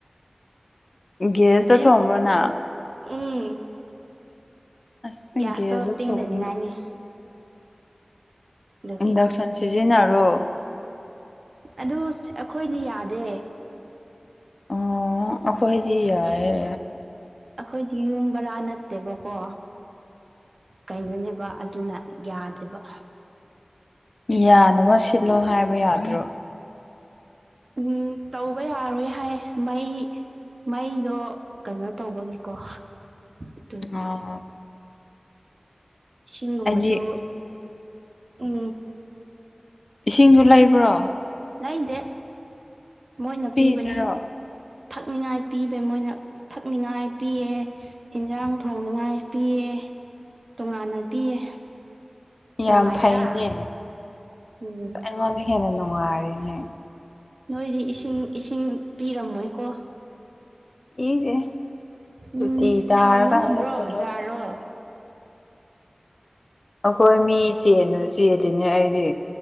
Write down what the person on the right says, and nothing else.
ꯑꯌꯨꯛ
ꯎꯝ
ꯒ꯭ꯌꯥꯁꯇꯣ
ꯇꯤꯡꯗꯅꯤꯡꯉꯥꯏꯅꯤ
ꯑꯗꯨꯒꯤ
ꯑꯗꯨ ꯑꯩꯈꯣꯏꯗꯤ ꯌꯥꯗꯦ
ꯑꯩꯈꯣꯏꯗꯤ ꯌꯨꯝ ꯕꯔꯥ ꯅꯠꯇꯦꯕꯀꯣ ꯀꯩꯅꯣꯅꯦꯕ ꯑꯗꯨꯅ ꯌꯥꯗꯕ
ꯎꯝ ꯇꯧꯕ ꯌꯥꯔꯣꯏ ꯍꯥꯏ ꯃꯩ ꯃꯩꯗꯣ ꯀꯩꯅꯣ ꯇꯧꯕꯒꯤꯀꯣ ꯑꯣ
ꯏꯁꯤꯡꯒꯨꯝꯕꯁꯨ
ꯎꯝ
ꯂꯩꯗꯦ ꯃꯣꯏꯅ
ꯄꯤꯕꯅꯦ ꯊꯛꯅꯤꯉꯥꯏ ꯄꯤꯕ ꯃꯣꯏꯅ ꯊꯛꯅꯤꯡꯉꯥꯏ ꯄꯤꯌꯦ ꯏꯟꯁꯥꯡ ꯊꯣꯡꯅꯤꯉꯥꯏ ꯄꯤꯌꯦ ꯇꯣꯉꯥꯟꯅ ꯄꯤꯌꯦ
ꯅꯨꯡꯉꯥꯏꯇ꯭ꯔꯥ
ꯎꯝ
ꯅꯣꯏꯗꯤ ꯏꯁꯤꯡ ꯏꯁꯤꯡ ꯄꯤꯔꯝꯃꯣꯏꯀꯣ
ꯎꯝ
ꯊꯥꯡꯕ ꯉꯝꯕ꯭ꯔꯣ
ꯖꯥꯔꯣ